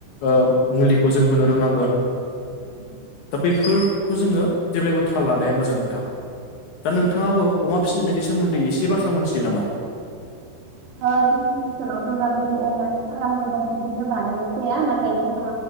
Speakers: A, on the left; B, on the right.
A: ओ मुलिखौ जों होनो रोंनांगोन।
B: उम्म।
A: दा बेफोरखौ जोङो जेब्लायबो थाल लानाया मोजां नोंथां दा नोंथाङाबो
B: नोंथां
A: अमा फिसिनायनि सोमोन्दै एसे बाथ्रा मोनथियो नामा?
B: ओ जोंनि ओनसोलावथ' दा बिदि अमानि फाराम गोबां बिदिनो बानायनाय जाया नाथाय जोंहा